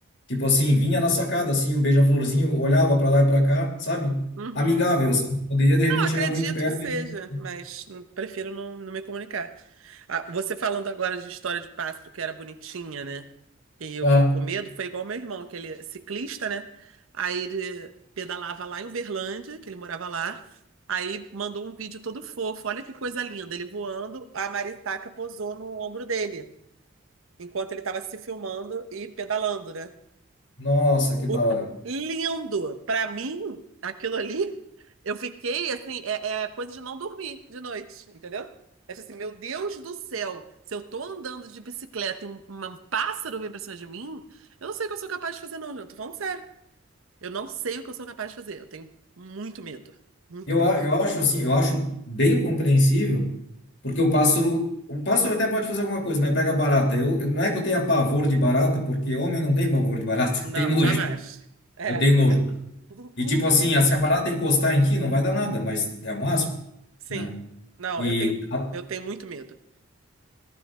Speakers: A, on the left; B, on the right.
A: tipo assim, vinha na sacada, assim, o beija-florzinho olhava para lá e para cá, sabe?
B: Uhum.
A: Amigável, assim, poderia de repente
B: Não, acredito
A: chegar muito perto.
B: que seja,
A: e-
B: mas hum, prefiro não, não me comunicar. Ah, você falando agora de história de pássaro que era bonitinha, né? E eu
A: Ah,
B: fico com medo, foi igual meu irmão, que ele é ciclista, né? Aí ele pedalava lá em Uberlândia, que ele morava lá. Aí mandou um vídeo todo fofo, olha que coisa linda, ele voando, a maritaca posou no ombro dele, enquanto ele estava se filmando e pedalando, né?
A: nossa, que
B: O,
A: da hora.
B: lindo! Para mim, aquilo ali, eu fiquei assim, é, é coisa de não dormir de noite, entendeu? É tipo assim, meu Deus do céu, se eu tô andando de bicicleta e um, um pássaro vem pra cima de mim, eu não sei o que eu sou capaz de fazer, não, gente. Eu tô falando sério. Eu não sei o que eu sou capaz de fazer. Eu tenho muito medo. Muito
A: Eu,
B: medo.
A: a- eu acho assim, eu acho bem compreensível, porque o pássaro, o pássaro até pode fazer alguma coisa, mas pega barata. Eu, eu- não é que eu tenha pavor de barata, porque homem não tem pavor de barata,
B: Não,
A: <laughs> tem nojo.
B: jamais. É,
A: Eu tenho nojo.
B: sim. <laughs>
A: E tipo assim, ah, se a barata encostar em ti, não vai dar nada, mas é um asco,
B: Sim.
A: né?
B: Não,
A: E
B: eu tenho,
A: a-
B: eu tenho muito medo.